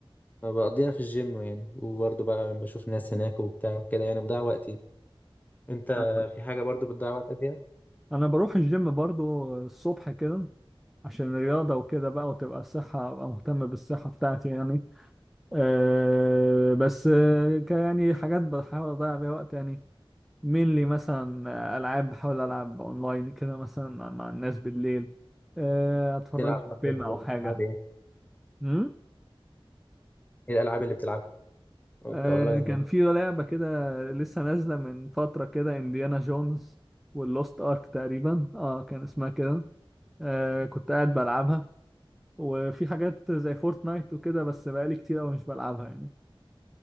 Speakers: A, on the left; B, in the centre.
A: فبقضيها في الجيم يعني وبرضه بقى بشوف ناس هناك وبتاع وكده يعني بضيع وقتي انت
B: آه.
A: في حاجة برضه بتضيع وقتك فيها؟
B: انا بروح الجيم برضو الصبح كده عشان الرياضه وكده بقى وتبقى الصحه ابقى مهتم بالصحه بتاعتي يعني آه بس آه، ك- يعني حاجات بحاول اضيع بيها وقت يعني مين مثلا آه، العاب بحاول العب اونلاين كده مثلا مع الناس بالليل آه، اتفرج
A: بتلعب
B: لي فيلم
A: بتلعب
B: او حاجه
A: ايه
B: امم
A: ايه الالعاب اللي بتلعبها
B: آه
A: كاونلاين يعني
B: كان في لعبة كده لسه نازلة من فترة كده انديانا جونز واللوست ارك تقريبا اه كان اسمها كده آه كنت قاعد بلعبها وفي حاجات زي فورتنايت وكده بس بقالي كتير قوي مش بلعبها يعني